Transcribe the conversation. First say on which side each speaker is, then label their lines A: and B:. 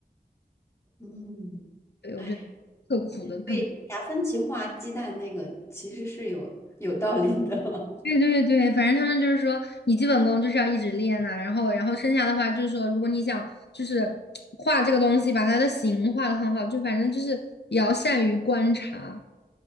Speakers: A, on the left; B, on the left.
A: 嗯，
B: 对，
A: 哎，
B: 我觉得特苦的，他们。
A: 所以达芬奇画鸡蛋那个其实是有有道理的。
B: 对对对，反正他们就是说，你基本功就是要一直练呐、然后然后剩下的话就是说，如果你想就是画这个东西，把它的形画的很好，就反正就是也要善于观察。